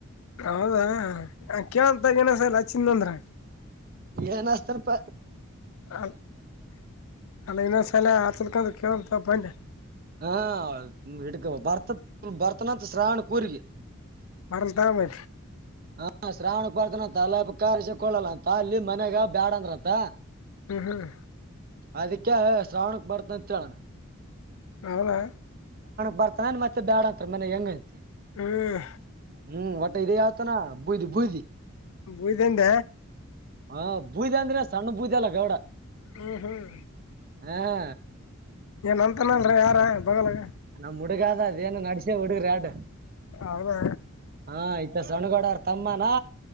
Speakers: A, on the left; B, on the right.
A: ಹೌದಾ ಆ ಕಂತ ಏನಸಲ್ಲ ಚಿಂದಂದ್ರ
B: ಏನ್ತಾನಪ್ಪ
A: ಅ ಅಲ್ಲಿ ಇನ್ನು ಸಾಲ ಹತಕಂತ ಕೇಳ್ಂತ ಬಜ
B: ಹಾ ಹಡ್ಕ ಬರ್ತ ಭರ್ತನಂತ ಶ್ರಾವಣ ಕೂರ್ಗ
A: ಬರಲ್ಲದ ಮೇ
B: ಹ ಶ್ರಾವಣಕ್ ಪರ್ತನ ಅಂತ ಅಲ್ಲ ಉಪ ಕಸಿಕೊಳ್ಳಲ್ಲ ಅಂತ ಅಲ್ಲಿ ಮನೆಗ ಬ್ಯಾಡಂದ್ರಂತ
A: ಹ್ಮ್ ಹ್ಮ್
B: ಅದಕ್ಕೆ ಶ್ರಾವಣಕ್ ಬರ್ತ ಅ ಚಳಣ
A: ನಾವಲಲೆ
B: ಬರ್ತಾನನ್ ಮತ್ತೆ ಬ್ಯಾಡ ಅಂತ ಮನ್ ಹೆಂಗೈತಿ
A: ಹ್ಮ್
B: ಹ್ಮ್ ಒಟ್ಟ ಇದ ಯಾವತನ ಬುದಿ ಬುುದ್ದಿ
A: ಬೂುದದದ
B: ಹ ಬೂದ್ ಅಂದ್ರೆ ಸಣ್ಣ ಬೂದ್ ಅಲ್ಲ ಗೌಡ
A: ಹ್ಮ್ ಹ್ಮ್
B: ಹ
A: ಏನ್ ಅಂತನಲ್ರ ಯಾರ ಬಗಲಾಗ
B: ನಮ್ ಹುಡುಗದ ಅದೇನು ನಡಸ್ಯ ಹುಡುಗ್ರ ಎರಡ್ಡು
A: ಹೌದಾ
B: ಹಾ ಇತ ಸಣ್ಣಗೌಡ ಅವ್ರ ತಮ್ಮನಾ